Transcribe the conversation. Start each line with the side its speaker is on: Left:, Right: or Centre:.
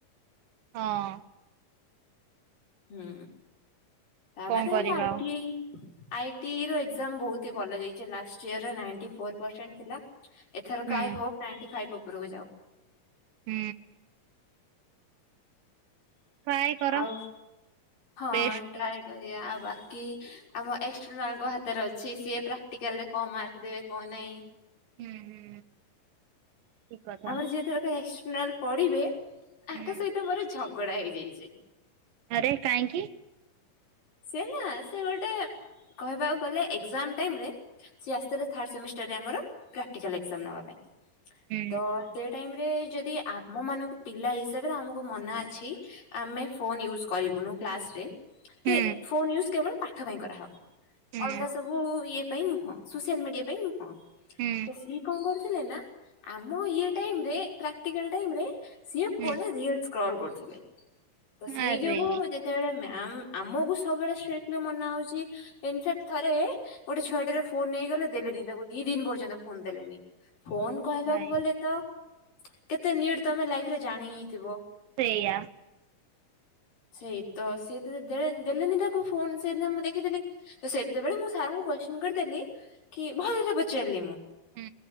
Right: ହଁ।
Left: ହୁଁ ତା
Right: କଣ
Left: ବାଦ
Right: କରିବା
Left: ବି ଆଇଟିଆଇ
Right: ଆଉ।
Left: ଆଇଟିର ଏଜ୍ଜାମ୍ ବହୁତ ଭଲ ଯାଇଛି। ଲାଷ୍ଟ ଇୟର ର ନାଇଟି ଫୋର୍ ପର୍ଷେଣ୍ଟ ଥିଲା। ଏଥରକ
Right: ହୁଁ
Left: ଆଇ ହୋପ ନାଇଣ୍ଟି ଫାଇବ ଉପରକୁ ଯାଉ।
Right: ହୁଁ। ଟ୍ରାଏ କର
Left: ଆଉ ହଁ
Right: ବେଷ୍ଟ
Left: ଟ୍ରାଏ
Right: ଦିଅ
Left: କରିବା। ଆଉ ବାକି କି ଆମ ଏକ୍ସଟନାର୍ଲ ଙ୍କ ହାତରେ ଅଛି। ସିଏ ପ୍ରାକ୍ଟିକାଲରେ କଣ ମାର୍କ ଦେବେ କଣ ନାଇଁ।
Right: ହୁଁ ହୁଁ। ଠିକ କଥା
Left: ଆମର ଯିଏ ଏଇ ଥରକ ଏକ୍ସଟନାଲ ପଡିବେ ତାଙ୍କ
Right: ହୁଁ
Left: ସହିତ ମୋର ଝଗଡା ହେଇଯାଇଚି।
Right: ଆରେ କାହିଁକି?
Left: ସେ ନା ସେ ଗୋଟେ କହିବାକୁ ଗଲେ ଏକ୍ଜାମ ଟାଇମରେ ସିଏ ଆସିଥିଲେ ଥାର୍ଡ଼ ସେମିଷ୍ଟରରେ ଆମର ପ୍ରାକ୍ଟିକାଲ୍ ଏକ୍ଜାମ ନେବା ପାଇଁ।
Right: ହୁଁ
Left: <unintelligible> ଟାଇମ ରେ ଯଦି ଆମ ମାନଙ୍କୁ ପିଲା ହିସାବରେ ଆମକୁ ମନା ଅଛି, ଆମେ ଫୋନ ୟୁଜ୍ କରି ବୁନୁ କ୍ଲାସରେ।
Right: ହୁଁ
Left: ଏ ଫୋନ ୟୁଜ କେବଳ ପାଠ ପାଇଁ କରାହେବ।
Right: ହୁଁ
Left: ଅଲଗାସବୁ ଇଏ ପାଇଁ ନୁହଁ, ସୋଆଲ ମିଡିଆ ପାଇଁ ନୁହଁ।
Right: ହୁଁ
Left: ତ ସିଏ କଣ କର ଥିଲେନା ଆମ ଇଏ ଟାଇମରେ ପ୍ରାକ୍ଟିକାଲ ଟାଇମରେ ସିଏ ଫୋନ୍
Right: ହୁଁ
Left: ରେ ରିଲସ ସ୍କ୍ରୋଲ୍ କରୁ ଦେବେ। ତ ସେଇ
Right: ଆରେ
Left: ଯୋଗୁ ଯେତେବେଳେ ମ୍ୟାମ୍ ଆମକୁ ସବୁବେଳେ ଷ୍ଟ୍ରିକଟଲି ମନା ହଉଛି ଇନଫାକ୍ଟ ଥରେ ଗୋଟେ ଛୁଆଟିରେ ଫୋନ ନେଇଗଲେ ଦେଲେନି। ଦିନେ ଗୋଟିଏ ଦିନ ପର୍ଯ୍ୟନ୍ତ ଫୋନ ଦେଲେନି। ଫୋନ କହିବାକୁ
Right: ଭାଇ
Left: ଗଲେ ତ କେତେ ନିଟ୍ ତମେ ଲାଇଫ୍ ରେ ଜାଣି ହିଁ ଥିବ।
Right: ସେଇୟା।
Left: ସେଇ ତ ସେ ତ ଯଦି ଦେଲେନି ଦେଲେନି ତାକୁ ଫୋନ। ସେ ଦିନ ମୁଁ ଦେଖିଥିଲି। ତ ସେତେବେଳେ ମୁଁ ସାର୍ ଙ୍କୁ କୋଶ୍ଚିନ କରିଦେଲି। କି ଭଲରେ ପଚାରିଲି ମୁଁ।
Right: ହୁଁ